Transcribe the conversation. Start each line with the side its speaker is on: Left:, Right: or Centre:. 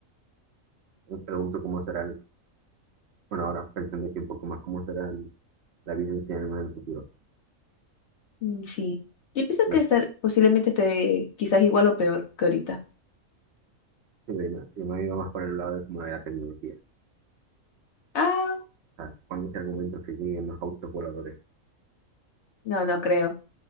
Right: Me pregunto cómo será el... Bueno, ahora pensando aquí un poco más, ¿cómo será el- la vida en 100 años en el futuro?
Left: Mm, Sí. Yo pienso
Right: Pues,
Left: que estar, posiblemente esté quizás igual o peor que ahorita.
Right: yo me, yo me iba más por el lado de, como de la tecnología
Left: Ah,
Right: sea, cuando ese argumento que lleguen los autos voladores.
Left: no, no creo.